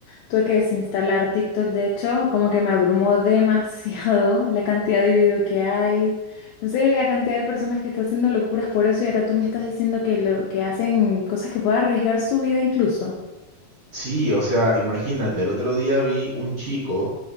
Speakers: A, on the left; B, on the right.
A: tuve que desinstalar TikTok, de hecho, como que me abrumó <laughs> demasiado la cantidad de video que hay. No sé, la cantidad de personas que están haciendo locuras por eso y ahora tú me estás diciendo que lo que hacen cosas que pueden arriesgar su vida incluso.
B: Sí, o sea, imagínate, el otro día vi un chico